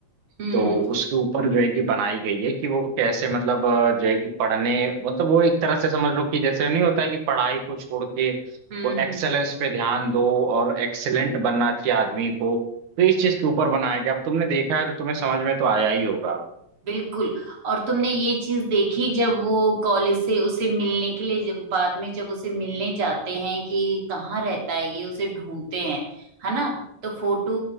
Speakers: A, on the right; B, on the right.
A: हम्म
B: तो उसके ऊपर जो है कि बनाई गई है कि वो कैसे मतलब अ, जो है कि पढ़ने मतलब वो एक तरह से समझ लो कि जैसे नहीं होता है कि पढ़ाई को छोड़ के
A: हम्म
B: वो एक्सेलेंस
A: हम्म
B: पे ध्यान दो और एक्सेलेंट बनना चाहिए आदमी को तो इस चीज के ऊपर बनाया गया अब तुमने देखा है तो तुम्हें समझ में तो आया ही होगा
A: बिल्कुल और तुमने ये चीज देखी जब वो कॉलेज से उसे मिलने के लिए जब बाद में जब उसे मिलने जाते हैं कि कहाँ रहता है ये उसे ढूंढते हैं है ना तो फोटो